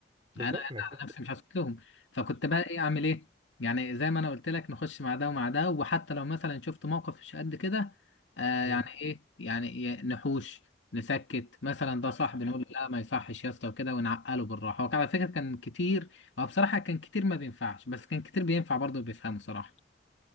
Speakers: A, on the right; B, on the left.
A: بالظبط
B: انا انا
A: ما فيهاش
B: على نفسي مش هسكت لهم فكنت بقى ايه اعمل ايه يعني زي ما انا قلت لك نخش مع ده ومع ده وحتى لو مثلا شفت موقف مش قد كده آه
A: مم.
B: يعني ايه يعني ي- نحوش نسكت مثلا ده صاحب نقول له لا ما يصحش يا اسطى وكده ونعقله بالراحه هو كان على فكره كان كتير هو بصراحه كان كتير ما بينفعش بس كان كتير بينفع برضه بيفهمه صراحه